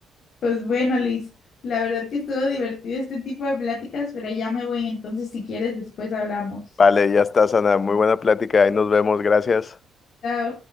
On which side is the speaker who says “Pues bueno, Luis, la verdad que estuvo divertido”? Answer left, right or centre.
Left